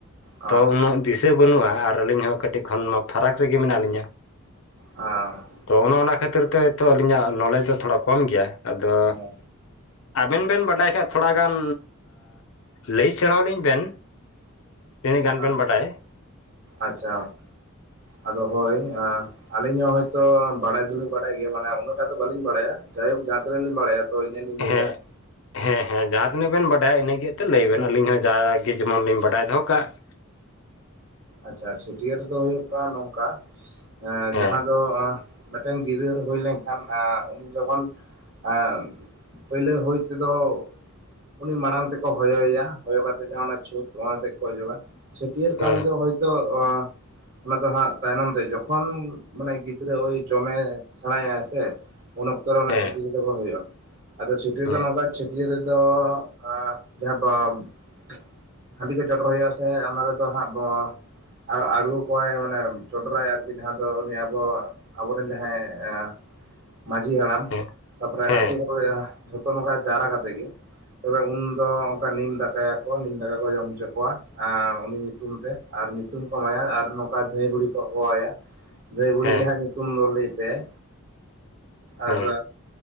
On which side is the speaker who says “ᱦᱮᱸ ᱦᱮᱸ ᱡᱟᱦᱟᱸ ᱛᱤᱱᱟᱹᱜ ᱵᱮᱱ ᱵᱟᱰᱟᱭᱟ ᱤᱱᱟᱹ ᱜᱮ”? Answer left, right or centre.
Left